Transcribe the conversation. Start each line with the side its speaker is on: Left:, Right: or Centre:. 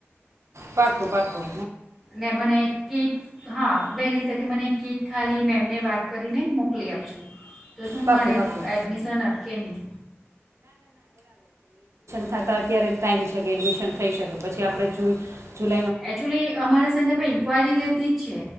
Right: પાકું પાકું.
Centre: ને મને કેય હા વહેલી તકે મને કેક ખાલી મેમને વાત કરીને મોકલી આપશું તો શું
Right: પાક્કું
Centre: મારે
Right: પાક્કું
Centre: એડમિશન અટકે નહીં.
Right: થાતા અત્યારે ટાઈમ છે. એડમિશન થઈ શકે પછી આપણે જૂ જુલા
Centre: એક્ચુલી અમારા સંદર્ભે ઇન્ક્વાયરી રહેતી જ છે